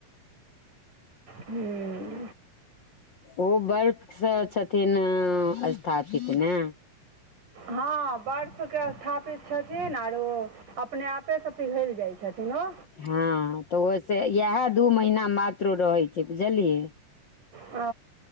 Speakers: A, on the right (about 70°); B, on the left (about 55°).
A: हू।
B: ओ बर्फ सँ छथिन स्थापित ने
A: हँ बर्फ के स्थापित छथिन आरो उ अपने आपे सँ पिघल जाइ छथिन ह
B: हँ तऽ ओहिसँ इएह दू महीना मात्रो रहै छै बुझलियै
A: ओ